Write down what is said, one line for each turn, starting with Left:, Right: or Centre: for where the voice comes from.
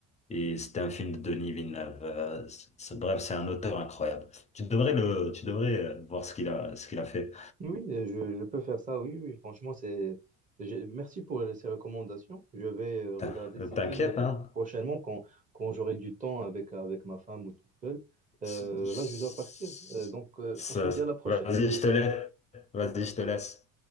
Left: Et c'était un film de Denis Villeneuve. Euh, c'est- c'est- bref, c'est un auteur incroyable. Tu devrais le, tu devrais euh, voir ce qu'il a, ce qu'il a fait.
Right: Oui, euh, je, je peux faire ça. Oui, oui, franchement, c'est. j'ai- Merci pour ces recommandations. Je vais euh,
Left: T'in-
Right: regarder
Left: euh,
Right: ces
Left: T'inquiète,
Right: films euh,
Left: hein?
Right: prochainement quand, quand j'aurai du temps avec, avec ma femme ou tout seul. Euh,
Left: S- s-
Right: là, je dois partir. Euh, donc, euh,
Left: s-
Right: on se dit à la prochaine.
Left: Vas-y, je te laisse. Vas-y, je te laisse.